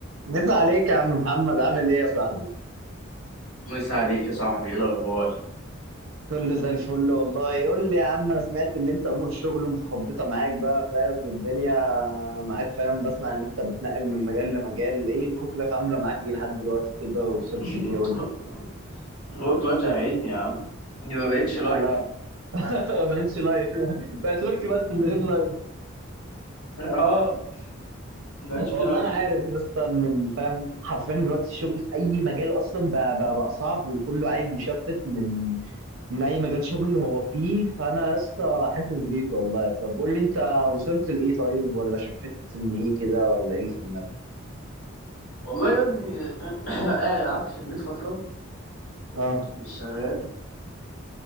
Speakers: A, on the right; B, on the left.
A: مسا عليك يا عم محمد عامل ايه يا صاحبي
B: مسا عليك يا صاحبي ايه الاخبار
A: كله زي الفل والله قول لي يا عم انا سمعت ان انت امور الشغل متخبطه معاك بقى فاهم والدنيا معاك فاهم بسمع ان انت بتنقل من مجال لمجال ايه الورك لايف عامله معاك ايه لحد دلوقتي كده وصلت
B: <laughs>
A: ليه قول لي
B: هو كلاب زهقتني يا عم دي ما بقتش لايف
A: انا <laughs> ما بقتش لايف بقت ورك بس
B: <laughs>
A: من غير لايف
B: اه ما بقاش في
A: والله
B: لايف
A: انا عارف يا اسطى ان الفهم حرفيا دلوقتي الشغل في اي مجال اصلا بقى, بقى, بقى صعب وكله عايز يشفت من من اي مجال شغل هو فيه فانا يا اسطى حاسس بيك والله طب قول لي انت وصلت لايه طيب ولا شفت من ايه كده ولا ايه اللي في دماغك
B: والله يا ابني <coughs> <clears throat> آه، قعدت في البيت فتره
A: اه
B: مش شغال